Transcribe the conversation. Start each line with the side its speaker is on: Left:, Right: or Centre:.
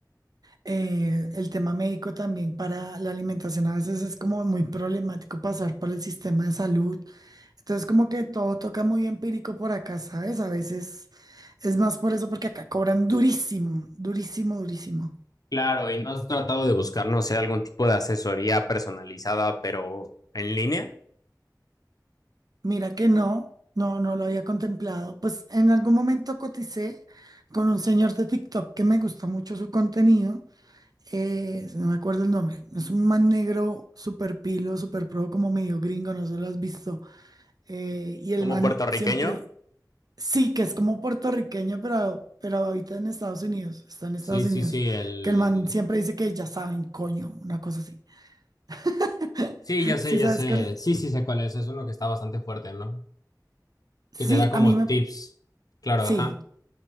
Right: eh, el tema médico también para la alimentación a veces es como muy problemático pasar por el sistema de salud. Entonces como que todo toca muy empírico por acá, ¿sabes? A veces es más por eso porque acá cobran durísimo, durísimo, durísimo.
Left: claro, ¿y no has tratado de buscar, no sé, algún tipo de asesoría personalizada, pero en línea,
Right: Mira que no, no, no lo había contemplado. Pues en algún momento coticé con un señor de TikTok que me gusta mucho su contenido. eh, no me acuerdo el nombre, es un man negro súper pilo, súper pro, como medio gringo, no sé lo has visto. Eh, y el
Left: como
Right: man
Left: puertorriqueño?
Right: siempre, sí, que es como puertorriqueño, pero, pero habita en Estados Unidos, está en Estados
Left: Sí, sí,
Right: Unidos.
Left: sí, el...
Right: Que el man siempre dice que ya saben, coño, una cosa así. <laughs>
Left: Sí, ya sé,
Right: Sí,
Left: ya
Right: ¿sabes
Left: sé.
Right: qué?
Left: Sí, sí sé cuál es. Es uno que está bastante fuerte, ¿no?
Right: Sí,
Left: Que te da como
Right: a mí me,
Left: tips. Claro,
Right: sí.
Left: ajá.